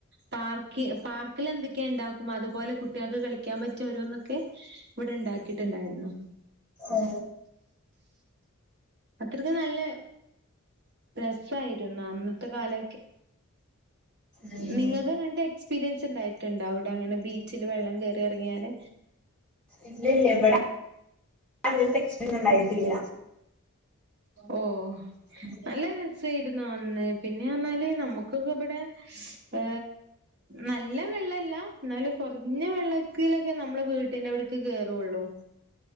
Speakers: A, on the right (about 50°); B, in the centre.
A: പാർക്ക് പാർക്കിൽ എന്തൊക്കെയാ ഉണ്ടാക്കും അതുപോലെ കുട്ടികൾക്ക് കളിക്കാൻ പറ്റും രോന്നൊക്കെ ഇവിടെണ്ടും ആാക്കിയിട്ടുണ്ടായിരുന്നു
B: ഓ
A: അത്രയ്ക്ക് നല്ല രസായിരുന്നു അന്നത്തെ കാല
B: ഉം
A: നിങ്ങക്ക്ങ്ങതെ എക്സ്പീരിയൻസ് ഉണ്ടായിട്ടുണ്ട അവിടെ അങ്ങനെ ബീച്ചില് വെള്ളം കേറി ഇറങ്ങിയല്
B: ഇല്ല ഇല്ല ഇവിടെ അങ്ങൻത്തെ <unintelligible> ഉണ്ടായിട്ടില്ല
A: ഓ
B: ഉ
A: നല്ല രസായിരുന്നു അന്ന് പിന്നെ പറഞ്ഞാല് നമുക്ക് ഒക്കെ ഇവിടെ ഹ നല്ല വെള്ള ഇല്ല എന്നാലും കുറഞ്ഞ വെള്ളം വക്കയിലൊക്കെ നമ്മളെ വീട്ടിന്റെ അവിടേക്ക് കേയറുള്ളു